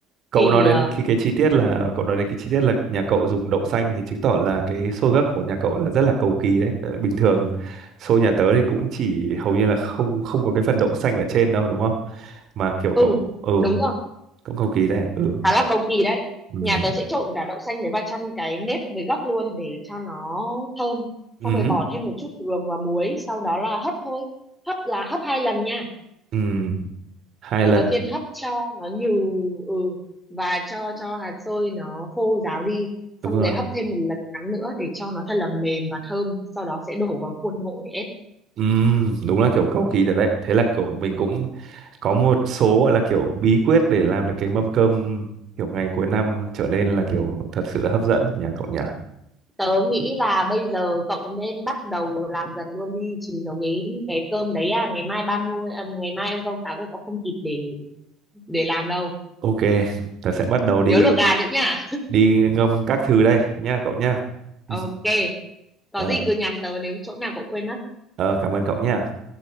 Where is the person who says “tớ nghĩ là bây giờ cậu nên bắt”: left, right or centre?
Centre